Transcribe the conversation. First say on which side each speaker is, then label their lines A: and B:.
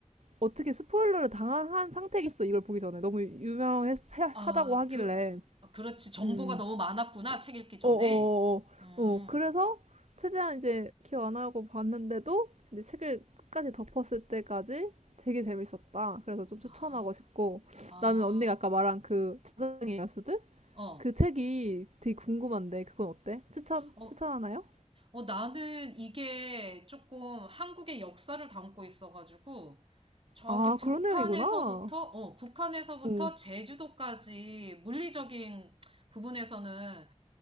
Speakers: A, on the right (about 75°); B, on the right (about 50°).
A: 어떻게 스포일러를 당한 상태겠어 이걸 보기 전에 너무 유명하다고
B: 아,
A: 하길래
B: 그, 그렇지. 정보가
A: 음
B: 너무 많았구나. 책 읽기 전에.
A: 어어어어 어, 어,
B: 음.
A: 어. 어, 그래서 최대한 이제 기억 안 하고 봤는데도 이제 책을 끝까지 덮었을 때까지 되게 재밌었다 그래서 좀 추천하고
B: 아.
A: 싶고
B: 아.
A: 나는 언니가 아까 말한 그 자장의 야수들
B: 어.
A: 그 책이 되게 궁금한데 그건 어때 추천
B: 어,
A: 추천하나요?
B: 어, 나는 이게 조금 한국의 역사를 담고 있어가지고, 저기
A: 아
B: 북한에서부터,
A: 그런 내용이구나
B: 어, 북한에서부터
A: 오
B: 제주도까지 물리적인 부분에서는